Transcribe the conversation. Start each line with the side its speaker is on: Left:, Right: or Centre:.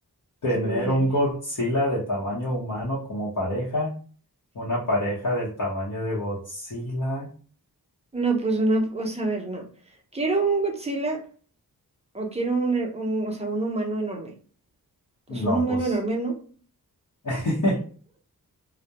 Left: Tener
Right: Es mayor.
Left: un Godzilla de tamaño humano como pareja, una pareja del tamaño de Godzilla.
Right: No, pues una, o sea, a ver, no. Quiero un Godzilla o quiero un, er- un- o sea, un humano enorme. Pues
Left: No,
Right: un humano
Left: pues.
Right: enorme, ¿no?
Left: <laughs>